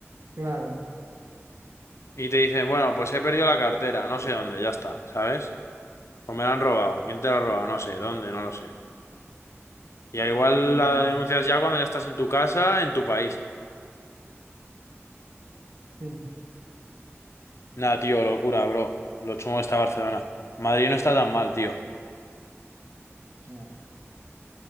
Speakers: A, on the right; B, on the left.
A: claro.
B: Y te dicen, bueno, pues he perdido la cartera, no sé dónde, ya está, ¿sabes? O me la han robado. ¿Quién te la ha robado? No sé, ¿dónde? No lo sé. Y al igual
A: Sí,
B: la
A: bueno,
B: denuncias ya cuando ya estás en tu casa, en tu país.
A: sí,
B: Nada, tío, locura, bro. Lo chungo está Barcelona. Madrid no está tan mal, tío.
A: ya.